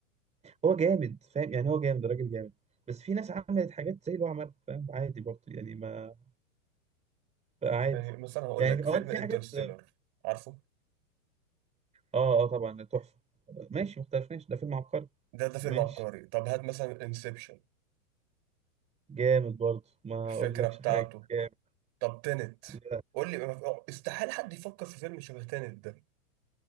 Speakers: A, on the right; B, on the right.
A: هو جامد فاهم يعني هو جامد راجل جامد بس في ناس عملت حاجات زي اللي هو عملها فاهم عادي برضه يعني ما عادي
B: يعني مثلا هقول
A: يعني
B: لك فيلم
A: اه في
B: انترستيلر
A: حاجات اه
B: عارفه
A: اه طبعا تحفه ماشي مختلفناش ده فيلم عبقري
B: ده ده فيلم
A: ماشي
B: عبقري طب هات مثلا انسبشن
A: جامد برضه ما
B: الفكرة
A: اقولكش
B: بتاعته
A: حاجه جامد
B: طب تنت
A: لا
B: قول لي ما- استحيل حد يفكر في فيلم شبه تنت ده